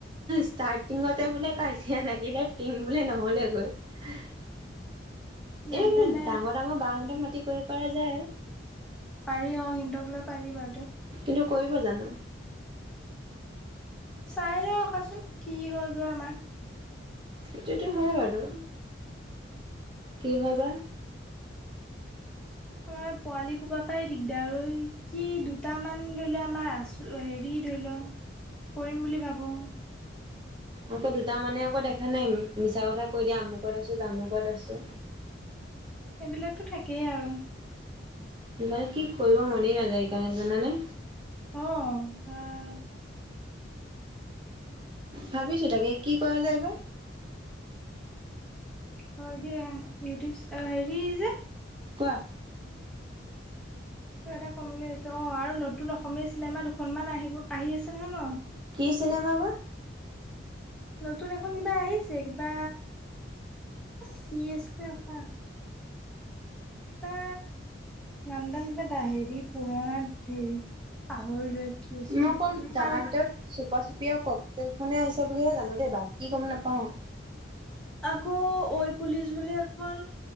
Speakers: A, on the right; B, in the centre.
A: ষ্টাৰ্টিঙতে বোলে কাজিয়া লাগিলে ফিল্ম বোলে নহ'লেগৈ এনে
B: যেনে
A: কিন্তু
B: তেনে
A: ডাঙৰ ডাঙৰ বান্ধক মাতি কৰিব পৰা যায়
B: পাৰি অ সিহতক লৈ পাৰি বাৰু তে
A: কিন্তু কৰিব জানো
B: চাইলও ৰখাচোন কি হয় গৈ আমাৰ
A: সেইটোতো হয় বাৰু কি হয় বা
B: আমাৰ পোৱালি সোপা পাই দিগদাৰ এই কি দুটামান ধৰিলে আমাৰ আছো হেৰি ধৰিলও কৰিম বুলি ভাবো
A: আকৌ দুটা মানে আকৌ দেখা নাই মিছা কথা কৈ দিয়া আমুকত আছো তামুকত আছো
B: এইবিলাকতো থাকেই আৰু
A: সেইকাৰণে কি কৰিব মনেই নাযায় সেইকাৰণে জানানে
B: অ
A: ভাবিছো তাকে কি কৰা যায় বা
B: হয় দিয়া ইউটিউব হেৰি যে
A: কোৱা
B: কিবা এটা কম বুলি ভাবিছিলো অ আৰু নতুন অসমীয়া চিনেমা দুখনমান আহিব আহি আছে নহয় ন
A: কি চিনেমা বা
B: নতুন এখন কিবা আহিছে কিবা কি আছিলে ৰখা কিবা নামডাল কিবা দা এটা হেৰি পুৰণা ধেৰি পাহৰিলোৱে কি আছিলে
A: মই অকল জানাৰ
B: আৰু
A: ভিতৰত চুপা চুপি আৰু ককতেল খনে আহিছে বুলিহে জানো দেই বাকি গম নাপাও
B: আকৌ ঐ পুলিচ বুলি এখন